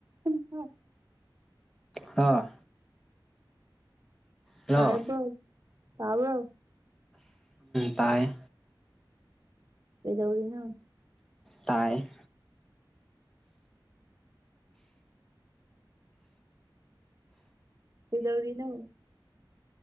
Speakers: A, on the right; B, in the centre.
A: ꯎ
B: ꯑꯥ ꯍꯜꯂꯣ
A: ꯁꯥꯥꯏꯕ ꯁꯥꯕ
B: ꯇꯥꯏ
A: ꯀꯩꯗꯧꯔꯤ ꯅ
B: ꯇꯥꯏ
A: ꯍꯗꯧꯔꯤꯅ